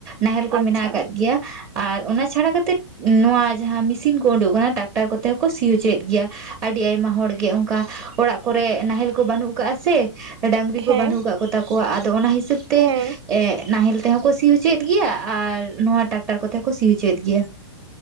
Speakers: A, on the right; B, on the right.
A: ᱱᱟᱦᱮᱞ ᱠᱚ
B: ᱟᱪᱪᱷᱟ
A: ᱢᱮᱱᱟᱜ ᱠᱟᱜ ᱜᱮᱭᱟ ᱟᱨ ᱚᱱᱟ ᱪᱷᱟᱰᱟ ᱠᱟᱛᱮᱫ ᱱᱚᱶᱟ ᱡᱟᱦᱟᱸ ᱢᱤᱥᱤᱱ ᱠᱚ ᱩᱰᱩᱠ ᱠᱟᱱᱟ ᱴᱟᱠᱴᱟᱨ ᱠᱚᱛᱮ ᱦᱚᱸᱠᱚ ᱥᱤ ᱚᱪᱚᱭᱮᱫ ᱜᱮᱭᱟ ᱟᱹᱰᱤ ᱟᱭᱢᱟ ᱦᱚᱲᱜᱮ ᱚᱝᱠᱟ ᱚᱲᱟᱜ ᱠᱚᱨᱮ ᱱᱟᱦᱮᱞ ᱠᱚ ᱵᱟᱹᱱᱩᱜ ᱠᱟᱜ-ᱟ ᱥᱮ ᱰᱟᱝᱨᱤ ᱠᱚ
B: ᱦᱮᱸ
A: ᱵᱟᱹᱱᱩᱜ ᱠᱟᱜ ᱠᱚᱛᱟ ᱠᱚᱣᱟ ᱟᱫᱚ ᱚᱱᱟ ᱦᱤᱥᱟᱹᱵᱽ ᱛᱮ
B: ᱦᱮᱸ
A: ᱮᱸᱜ ᱱᱟᱦᱮᱞ ᱛᱮᱦᱚᱸ ᱠᱚ ᱥᱤ ᱚᱪᱚᱭᱮᱫ ᱜᱮᱭᱟ ᱟᱨ ᱱᱚᱣᱟ ᱴᱟᱠᱴᱟᱨ ᱠᱚᱛᱮ ᱦᱚᱸ ᱠᱚ ᱥᱤ ᱦᱚᱪᱚᱭᱮᱫ ᱜᱮᱭᱟ᱾